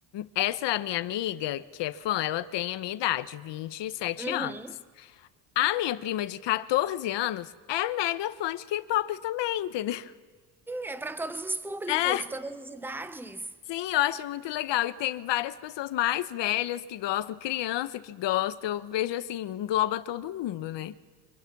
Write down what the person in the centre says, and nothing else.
Uhum.
É para todos os públicos,
todas as idades.